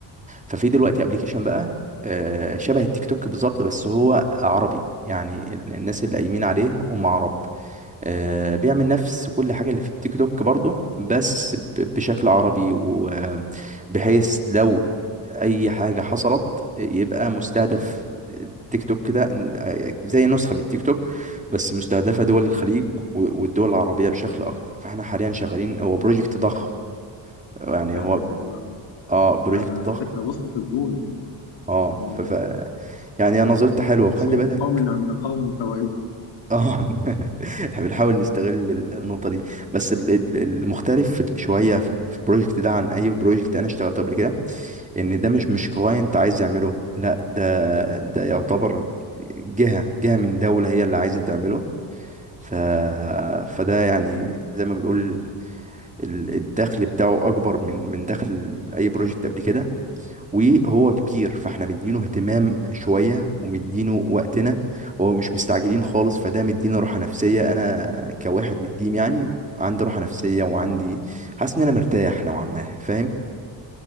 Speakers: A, on the right; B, on the left.
A: ففي دلوقتي ابلكيشن بقى آه، شبه التيك توك بالظبط بس هو عربي يعني ال- الناس اللي قايمين عليه هم عرب آه، بيعمل نفس كل حاجة اللي في التيك توك برضه بس ب- بشكل عربي وبحيث لو أي حاجة حصلت يبقى مستهدف التيك توك كده آه، زي نسخة من التيك توك بس مستهدفة دول الخليج و- والدول العربية بشكل أكتر فاحنا حاليا شغالين هو بروجكت
B: يا راجل
A: ضخم
B: الذين
A: يعني
B: ده
A: هو
B: فكره حلوه قوي
A: اه بروجكت
B: ده
A: ضخم
B: فكره بص في الجون
A: اه
B: مم.
A: ف... ف... يعني هي نظرتي حلوة وخلي
B: مصائب
A: بالك
B: قوم عند قوم فوائده
A: اه <laughs> احنا بنحاول نستغل ال- النقطة دي بس ال- ال- المختلف في ال- شوية في ال- في البروجكت ده عن أي بروجكت أنا اشتغلته قبل كده إن ده مش مش كلاينت عايز يعمله لا ده ده يعتبر جهة جهة من دولة هي اللي عايزة تعمله ف فده يعني زي ما بنقول ال- الدخل بتاعه أكبر من من دخل أي بروجكت قبل كده وهو كبير فاحنا مدينه اهتمام شوية ومدينه وقتنا وهو مش مستعجلين خالص فده مدينا راحة نفسية انا كواحد من التيم يعني عندي راحة نفسية وعندي حاسس ان انا مرتاح نوعا ما فاهم